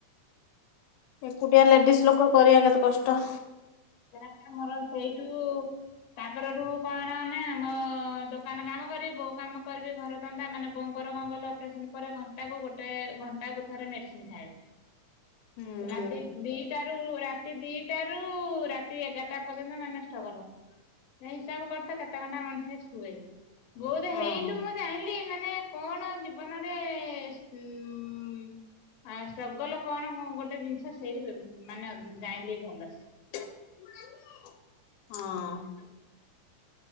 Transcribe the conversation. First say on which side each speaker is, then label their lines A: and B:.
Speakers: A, on the left (about 85°); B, on the left (about 65°).
A: ଏକୁଟିଆ ଲେଡିସି ଲୋକ କରିବା କେତେ କଷ୍ଟ।
B: <unintelligible> ମୋର ସେଇଠୁ ତା ପରଠୁ କଣ ନା ମୋ ଦୋକାନ କାମ କରିବି ବୋଉ କାମ କରିବି ଘର ଦନ୍ଦା ମାନେ ବୋଉ ବୋଉ ର କଣ କହିଲ ଅପରେସନ୍ ପରେ ଘଣ୍ଟା କୁ ଗୋଟେ ଘଣ୍ଟା କୁ ଥରେ ମେଡ଼ିସିନ୍ ଖାଇବେ।
A: ହୁଁ ହୁଁ
B: ରାତି ଦିଟାରୁ ରାତି ଦିଟା ରୁ ରାତି ଏଗାରଟା ପର୍ଯ୍ୟନ୍ତ ମାନେ ଷ୍ଟ୍ରଗଲ୍ ମାନେ ହିସାବ କରୁଥା କେତେ ଘଣ୍ଟା ମଣିଷ ଶୁଏ। ବହୁତ୍
A: ହଁ
B: ହେଇଠୁ ମୁଁ ଜାଣିଲି ମାନେ କଣ ଜୀବନରେ ଉଁ ଆ ଷ୍ଟ୍ରଗଲ୍ କଣ ଗୋଟେ ଜିନିଷ ସେଇଠୁ ମାନେ ଜାଣିଲି ଭଲ ସେ।
A: ହଁ।